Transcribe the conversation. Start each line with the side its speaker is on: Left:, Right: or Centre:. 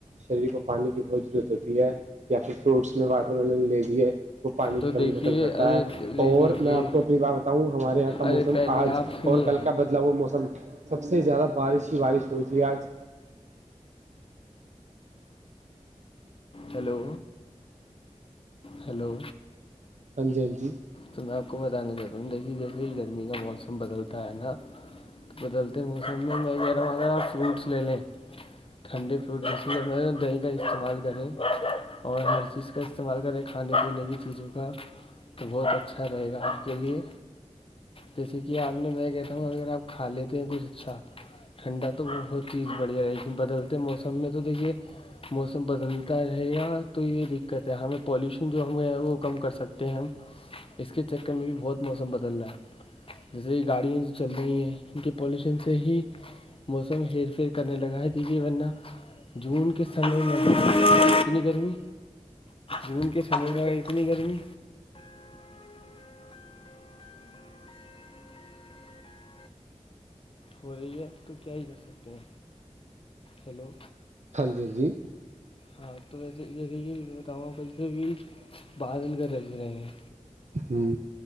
Right: شریر کو پانی کی بہت ضرورت ہوتی ہے یا پھر فروٹس میں واٹر ملن لیجیے وہ پانی کی
Left: تو
Right: کمی
Left: دیکھیے
Right: ختم کرتا
Left: ارے
Right: ہے
Left: ارے
Right: اور
Left: دیکھیے
Right: میں آپ کو اپنی بات بتاؤں ہمارے یہاں کا موسم
Left: ارے پہلے
Right: آج
Left: آپ سنیے
Right: اور کل کا بدلا ہوا موسم سب سے زیادہ بارش ہی بارش ہوئی تھی آج
Left: ہیلو ہیلو
Right: ہاں جی ہاں جی
Left: تو میں آپ کو بتانا چاہتا ہوں دیکھیے جیسے ہی گرمی کا موسم بدلتا ہے نا بدلتے موسم میں کہہ رہا ہوں اگر آپ فروٹس لے لیں ٹھنڈے فروٹ جیسے کہ میں دہی کا استعمال کریں اور ہر چیز کا استعمال کریں کھانے پینے کی چیزوں کا تو بہت اچھا اچھا رہے گا آپ کے لیے جیسے کہ آپ نے میں کہتا ہوں اگر آپ کھا لیتے ہیں کچھ اچھا ٹھنڈا تو بہت چیز بڑھیا رہے کین بدلتے موسم میں تو دیکھیے موسم بدلتا رہے گیا تو یہ دقت ہے ہمیں پالوشن جو ہم وہ کم کر سکتے ہیں ہم اس کے چکر میں بھی بہت موسم بدل رہا ہے جیسے گاڑیاں چل رہی ہیں کیکہ پالوشن سے ہی موسم ہیر فیر کرنے لگاائے دیی ورہ جون کے سالوں میں کتنی گرمی جون کے سمے میں اتنی گرمی ہو رہی ہے تو کیا ہی کر سکتے ہیں ہیلو
Right: ہاں جی ہاں جی
Left: ہاں تو ویسے جیسے کہ بتاؤاوں ک سے بھی بادل کر ر رہے ہیں
Right: ہوں